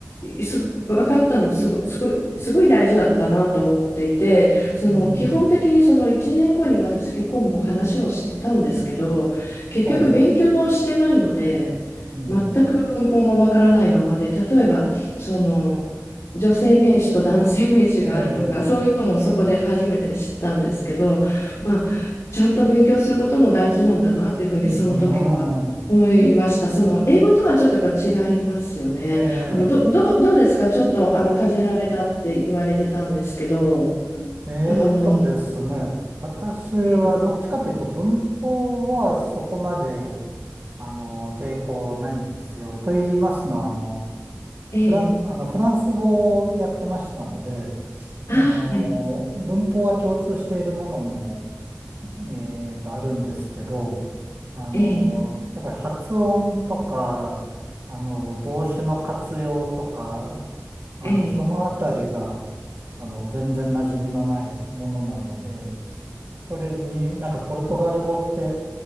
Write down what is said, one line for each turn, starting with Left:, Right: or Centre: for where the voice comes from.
Left: す分かったのすご、すごい、すごい大事だったなと思っていて、その基本的にその1年後に私結婚も話をしてたんですけど、
Right: うん、
Left: 結局勉強をしてないので、
Right: はい、うん、
Left: 全く文法もわからないままで、例えばその女性名詞と男性名詞があるとかそういうのもそこで初めて知ったんですけど、
Right: ええ、
Left: まあ、ちゃんと勉強することも大事なんだなっていうふうにその時は思いました。
Right: うんあは
Left: その英語とはちょっとやっぱ違いますよね。
Right: い <laughs> ええ、
Left: あのど、どう、どうですかちょっとあのかじられたって言われてたんですけど、
Right: えーとですね、
Left: あの、
Right: 私はどっちかというと文法はそこまで
Left: ええ
Right: あの抵抗ないんですよ。と言いますのはあの
Left: ええ
Right: フラン、あのフランス語をやってましたので、
Left: あ、
Right: あの文法は共通しているものも
Left: はい、
Right: えーと、あるんですけど、あの、
Left: ええ
Right: やっぱり発音とか、あの、動詞の活用とか、あの、
Left: ええ
Right: そのあたりが、あの、全然馴染みのないものなので、それになんかポルトガル語って、